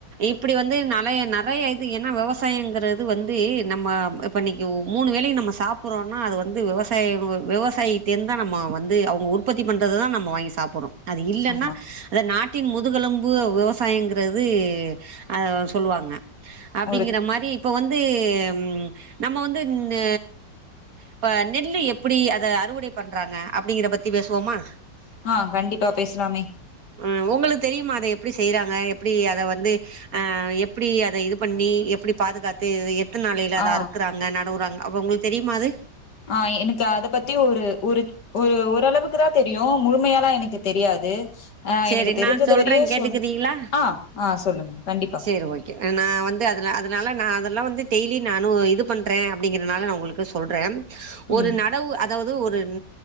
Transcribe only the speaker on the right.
இப்படி வந்து நிறைய நிறைய இது ஏனா விவசாயங்கிறது வந்து நம்ம இப்ப இன்னைக்கு ஒ மூணு வேலையு நம்ம சாப்படுறோனா அது வந்து விவசாய விவசாயிட்ட இருந்துதா நம்ம வந்து அவங்க உ உற்பத்தி பண்றது தா நம்ம வாங்கி சாப்பிடறோ அது இல்லன்னா
அதை நாட் டின் முதுகெலும்பு விவசாயங்கிறது அ சொல்லுவாங்க அப்டிங்கற
மாரி இப்ப வந்து ம் நம்ம வந்து இந்த இப்ப நெல்லு எப்டி அத அறுவடை பண்றாங்க அப்டிங்கற பத்தி பேசுவோமா
அ உங்களுக்கு தெரியுமா அத எப்டி செய்றாங்க எப்டி அத வந்து ஆ எப்படி அத இது பண்ணி எப்படி பாதுகாத்து த்தனை நாளையில அத
அறுக்குறாங்க நடவுறாங்க அப்ப உங்களுக்கு தெரியுமா அ து
சேரி
நா சொல்றே
கேட்டுக்கிறீங்களா
சேரி ஓகே அ நா வந்து அதுல அதுனால நா அதெல்லா வந்து டெய்லி நானு இது பண்ணுறே அப்டிங்கிறனால நா உங்களுக்கு சொல்றே ஒரு
நடவு அ அதாவது ஒரு